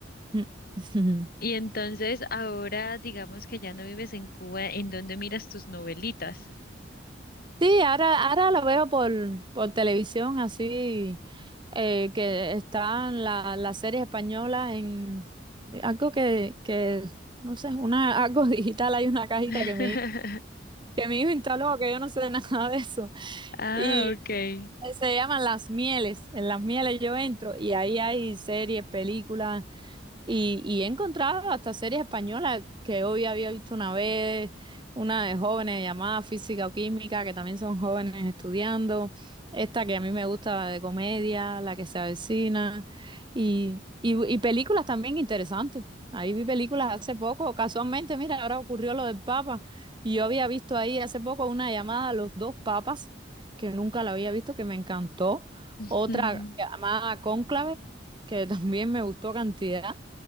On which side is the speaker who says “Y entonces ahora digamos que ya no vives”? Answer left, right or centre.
Left